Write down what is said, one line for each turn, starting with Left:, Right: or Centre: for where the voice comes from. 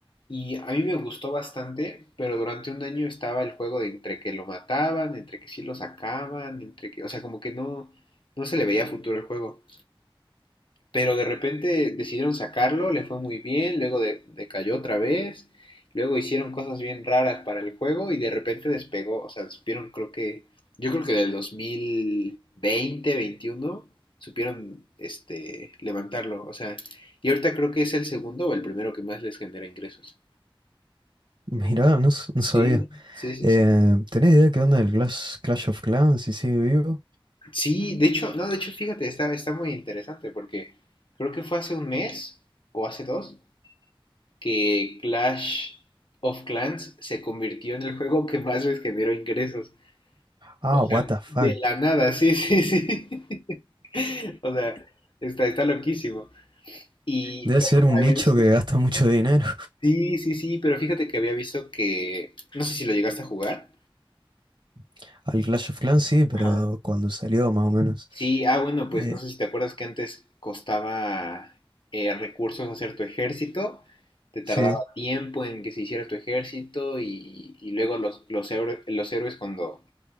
Left: Y a mí me gustó bastante, pero durante un año estaba el juego de entre que lo mataban, entre que sí lo sacaban, entre que, o sea, como que no, no se le veía futuro el juego pero de repente decidieron sacarlo, le fue muy bien, luego de- decayó otra vez, luego hicieron cosas bien raras para el juego y de repente despegó, o sea, supieron creo que, yo creo que del 2020, 21, supieron este, levantarlo, o sea, y ahorita creo que es el segundo o el primero que más les genera ingresos.
Right: <laughs> Mirá, no, s- no
Left: Sí,
Right: sabía.
Left: sí, sí,
Right: Eh,
Left: sí.
Right: ¿tenés idea qué onda del Clash, Clash of Clans si sigue vivo?
Left: Sí, de hecho, no, de hecho, fíjate, está, está muy interesante porque creo que fue hace un mes o hace dos que Clash of Clans se convirtió en el juego que más les generó ingresos.
Right: Ah,
Left: O sea,
Right: what the fuck.
Left: de la nada, sí, sí, sí. <laughs> O sea, está, está loquísimo. Y
Right: Debe
Left: pero
Right: ser un
Left: había
Right: nicho
Left: visto-
Right: que gasta mucho dinero.
Left: sí, sí, sí, pero fíjate que había visto que, no sé si lo llegaste a jugar.
Right: <laughs> Al Clash of Clans sí, pero
Left: Ajá.
Right: cuando salió más o menos.
Left: Sí, ah, bueno, pues
Right: Eh,
Left: no sé si te acuerdas que antes costaba eh, recursos hacer tu ejército, te tardaba
Right: sí,
Left: tiempo en que se hiciera tu ejército y, y luego los, los, héroe- los héroes cuando